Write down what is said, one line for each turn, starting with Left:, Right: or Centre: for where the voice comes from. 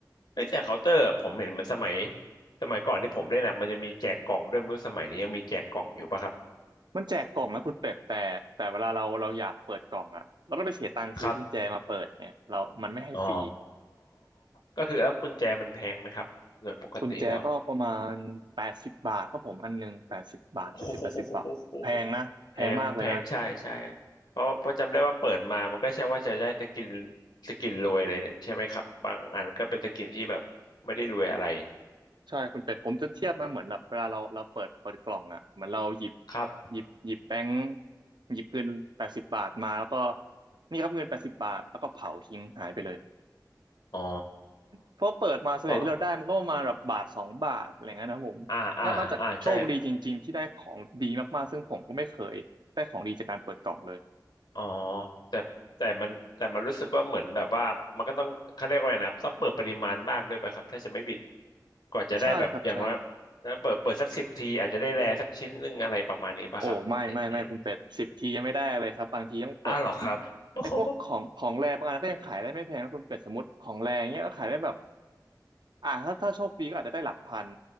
Left: ไอ้ยแต่เคาน์เตอร์ผมเห็นเหมือนสมัยสมัยก่อนที่ผมเล่นอะมันจะมีแจกกล่องด้วยไม่รู้สมัยนี้ยังมีแจกกล่องอยู่ปะครับ
Right: มันแจกกล่องนะคุณเป็ดแต่แต่เวลาเราเราอยากเปิดกล่องอะเราก็ไปเสียตังค์ซื้อกุญแจมาเปิดไงเรามันไม่ให้ฟรี
Left: ครับอ๋อก็คือแล้วกุญแจมันแพงไหมครับโดยปกติแล้ว
Right: กุญแจก็ประมาณแปดสิบบาทครับผมอันหนึ่งแปดสิบบาทเจ็ดสิบแปดสิบบาทแพงนะแพงมากเลยนะ
Left: โอ้โหแพงแพงใช่ใช่เพราะเพราะจำได้ว่าเปิดมามันก็ใช่ว่าจะได้สกินสกินรวยเลยใช่ไหมครับบางอันก็เป็นสกินที่แบบไม่ได้รวยอะไร
Right: ใช่คุณเป็ดผมจะเทียบนะเหมือนแบบเวลาเราเราเปิดเปิดกล่องอ่ะเหมือนเราหยิบ
Left: ครับ
Right: หยิบหยิบแบงค์หยิบเงินแปดสิบบาทมาแล้วก็นี่ครับเงินแปดสิบบาทแล้วก็เผาทิ้งหายไปเลย
Left: อ๋อ
Right: เพราะเปิดมาส่วนใหญ่ที่เราได้มันก็ประมาณแบบบาทสองบาทอะไรเงี้ยนะครับผมถ้านอกจากโชคดีจริงๆที่ได้ของดีมากๆซึ่งผมก็ไม่เคยได้ของดีจากการเปิดกล่องเลย
Left: เพราะอ่าอ่าอ่าใช่ อ๋อแต่แต่มันแต่มันรู้สึกว่าเหมือนแบบว่ามันก็ต้องเขาเรียกว่าไงนะต้องเปิดปริมาณมากด้วยไปครับถ้าจะไม่ผิดกว่าจะได้แบบอย่างน้อย
Right: ใช่ครับใช่
Left: เปิดเปิดสักสิบทีอาจจะได้แรสักชิ้นหนึ่งอะไรประมาณนี้ป่ะครับเห็นเห็น
Right: โอ้ไม่ไม่ไม่คุณเป็ดสิบทียังไม่ได้เลยครับบางทีต้องเปิด
Left: อ้าวเหรอครับโอโห
Right: ไอ้พวกของของแรบางอันก็ยังขายได้ไม่แพงนะคุณเป็ดสมมติของแรงเนี้ยก็ขายได้แบบอ่าถ้าถ้าโชคดีก็อาจจะได้หลักพัน